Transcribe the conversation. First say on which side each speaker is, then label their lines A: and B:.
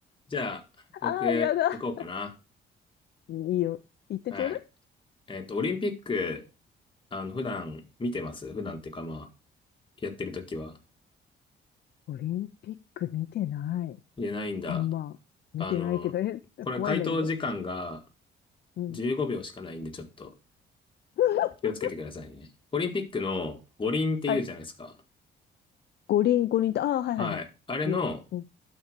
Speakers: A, on the left (about 25°); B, on the left (about 55°).
A: じゃあ、
B: <laughs>
A: 僕、
B: ああ、やだ。
A: 行こうかな。
B: いいよ。言ってちょうだい。
A: はい。えっと、オリンピック、あの、普段見てます普段っていうか、まあ、やってるときは。
B: オリンピック見てない。
A: いや、ないんだ。
B: あんま見てないけど、
A: あの、
B: <laughs> え、
A: これ回答時間が
B: 怖いんだけど。うん。
A: 15秒しかないんで、ちょっと
B: <laughs>
A: 気をつけてくださいね。オリンピックの五輪って言うじゃないですか。
B: はい。五輪、五輪と、ああ、はいはいはい。
A: はい。あれの
B: 言う。うん。